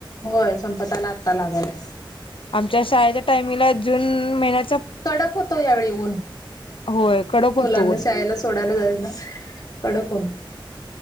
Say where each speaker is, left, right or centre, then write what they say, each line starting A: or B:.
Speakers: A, on the left; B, on the left.
A: होय संपताला आत्ता लागायलाच
B: आमच्या शाळेच्या टाइमिंगला जून महिन्याचा
A: कडक होतो यावेळी ऊन
B: होय कडक होतो
A: मुलांना
B: ऊन
A: शाळेला सोडायला जा ना कडक